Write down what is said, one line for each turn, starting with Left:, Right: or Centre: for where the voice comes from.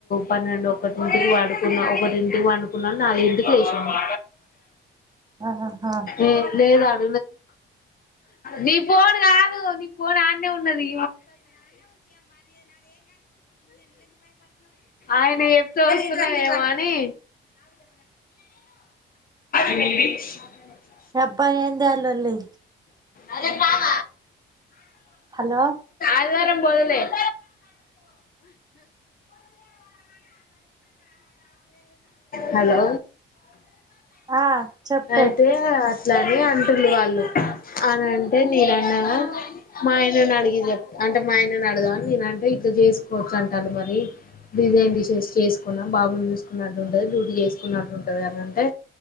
Left: పన్నెండు ఒకటింటికి వాడుకున్నా ఒకటింటికి వండుకున్నాడు నాలుగుంటికి లేసిండు
Right: ఆహా
Left: ఏ లేదు ఆడ నీ పోను కాదు నీ పోన్ ఆన్న ఉన్నది ఆయన ఎప్పుడు వస్తున్నాడో ఎమో అని <unintelligible>
Right: అబ్బా ఏందీ ఆ లొల్లి
Left: అదే పామ
Right: హలో
Left: ఆదివారం పోదులే <unintelligible> హలో
Right: ఆ చెప్పే
Left: అయితే అట్లాని అంటుల్లు వాళ్ళు అని అంటే నేను అన్నాగా మా ఆయనని అడిగి చెప్త అంటే మా ఆయనని అడగాంని నేనంటే ఇట్ చేసుకోవచ్చు అంటారు మరి డిజైన్ తీసేసి చేసుకున్నాను బాబుని చూసుకున్నట్టు ఉంటుంది డ్యూటి చేసుకున్నట్టు ఉంటుంది అని అంటే